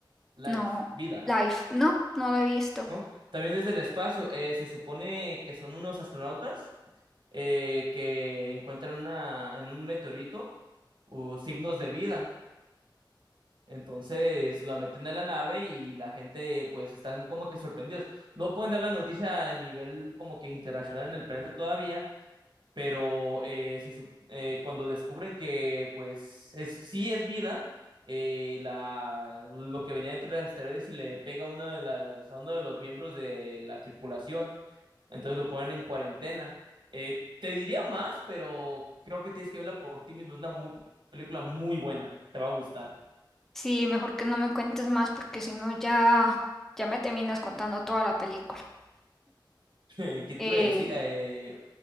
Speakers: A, on the right (about 65°); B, in the centre.
A: Life,
B: no,
A: vida.
B: Life, no, no la he visto.
A: ¿no? También desde el espacio, eh, se supone que son unos astronautas eh, que encuentran una, en un meteorito uh, signos de vida. Entonces la meten a la nave y la gente pues están como que sorprendidos. No pueden dar la noticia a nivel como que internacional en el planeta todavía, pero eh, se sup- eh, cuando descubren que pues es, sí es vida, eh, la, lo que venía dentro de las asteroides se le pega a uno de las, a uno de los miembros de la tripulación, entonces lo ponen en cuarentena. Eh, te diría más, pero creo que tienes que verla por ti mismo. Es una muy- película muy buena, te va a gustar.
B: Sí, mejor que no me cuentes más, porque si no ya, ya me terminas contando toda la película.
A: <laughs> ¿Qué te
B: Eh,
A: iba a decir? Eh,